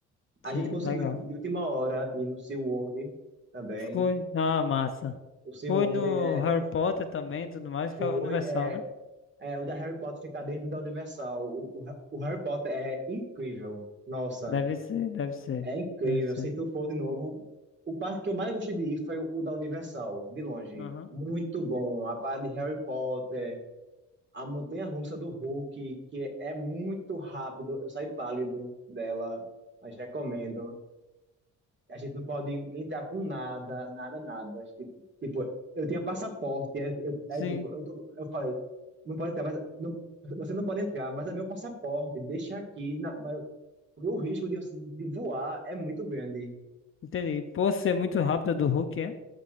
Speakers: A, on the right (about 40°); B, on the left (about 45°).
A: A
B: Sim,
A: gente conseguiu
B: legal.
A: de última hora ir no SeaWorld também.
B: Foi, ah, massa.
A: O SeaWorld
B: Foi no
A: é,
B: Harry Potter também, e tudo mais,
A: foi,
B: que é o Universal,
A: é,
B: né?
A: é, o da Harry Potter ficar dentro da Universal. O, o, o Harry Potter é incrível. Nossa.
B: Deve ser, deve ser,
A: É incrível.
B: deve ser.
A: Se tu for de novo, o parque que eu mais gostei de ir foi o o da Universal, de longe.
B: Aham.
A: Muito bom. A parte de Harry Potter, a montanha-russa do Hulk, que é é muito rápido. Eu saí pálido dela, mas recomendo. A gente não pode entrar com nada, nada, nada. A gente, tipo, eu tinha passaporte, é, eu- é
B: Sim,
A: tipo, eu, tô- eu falei, não pode entrar, mas não, você não pode entrar, mas é meu passaporte, deixa aqui, na, mas- porque o risco de, você- de voar é muito grande.
B: entendi. Por ser muito rápido do Hulk, é?